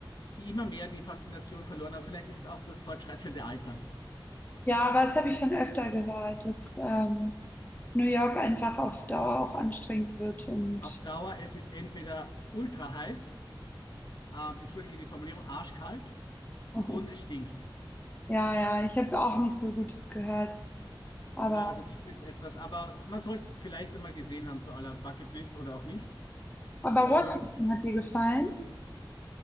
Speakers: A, on the left; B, on the left.
A: immer mehr die Faszination verloren. Aber vielleicht ist es auch das fortschreitende Alter.
B: Ja, aber das habe ich schon öfter gehört, dass ähm, New York einfach auf Dauer auch anstrengend wird und
A: Auf Dauer, es ist entweder ultra heiß, ähm, entschuldige die Formulierung, arschkalt
B: <laughs>
A: und es stinkt.
B: ja, ja, ich habe auch nicht so Gutes gehört. Aber,
A: Na, also das ist etwas, aber man soll es vielleicht einmal gesehen haben, so à la Bucketlist oder auch nicht.
B: aber
A: Und
B: Washington hat dir gefallen?